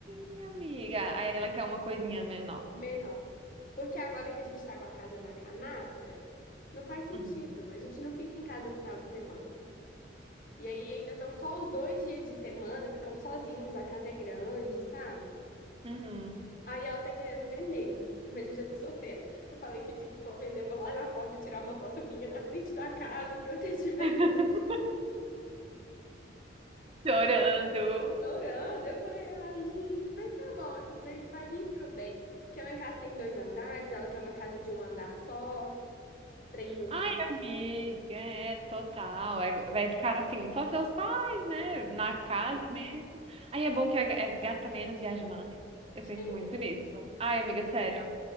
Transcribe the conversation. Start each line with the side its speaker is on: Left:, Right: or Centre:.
Right: Minha amiga. Aí ela quer uma coisinha menor.
Left: menor. Porque agora que a gente tá com a casa na canastra, não faz sentido.
Right: Uhum.
Left: A gente não fica em casa final de semana. E aí ainda estão só os dois dias de semana, ficamos sozinhos, a casa é grande, sabe?
Right: Uhum.
Left: Aí ela tá querendo vender, mas eu já tô sofrendo. Eu falei que o dia que for vender, eu vou lá na porta tirar uma foto minha na frente da casa pra eu ter de me
Right: <laughs> Chorando.
Left: orando. Eu falei, ai, gente, mas tá bom, assim, vai, vai vir pro bem. Porque lá em casa tem dois andares, ela quer uma casa de um andar só, pra envelhecer.
Right: Ai, amiga, é total. É- vai ficar assim, só seus pais, né? Na casa mesmo. Aí é bom que é- é- gasta menos, viaja mais. Eu
Left: Sim,
Right: penso muito nisso. Ai, amiga, sério.